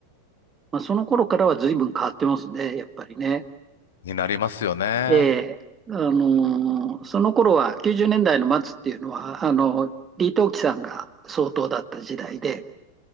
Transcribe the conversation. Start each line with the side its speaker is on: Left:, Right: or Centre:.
Right: まあ、その頃からは随分変わってますね、やっぱりね。
Left: になりますよね。
Right: ええあのその頃は90年代の末っていうのは、あの李登輝さんが総統だった時代で、